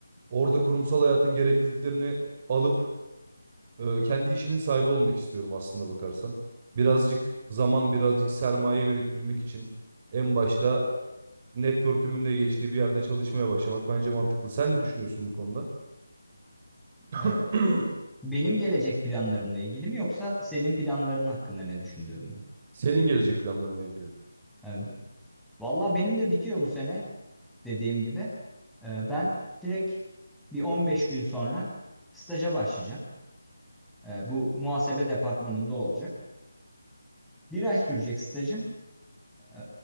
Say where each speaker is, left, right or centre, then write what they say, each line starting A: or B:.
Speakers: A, on the right (about 30°); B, in the centre.
A: Orada kurumsal hayatın gerekliliklerini alıp e, kendi işimin sahibi olmak istiyorum aslında bakarsan. Birazcık zaman, birazcık sermaye biriktirmek için en başta network'ümün de geçtiği bir yerde çalışmaya başlamak bence mantıklı. Sen ne düşünüyorsun bu konuda?
B: Ee,
A: <clears throat>
B: benim gelecek planlarımla ilgili mi yoksa senin planların hakkında ne düşündüğüm mü?
A: Senin gelecek planlarınla ilgili.
B: Ee, valla benim de bitiyor bu sene dediğim gibi. Ee, ben direkt bir 15 gün sonra staja başlayacağım. Ee, bu muhasebe departmanında olacak. Bir ay sürecek stajım. E,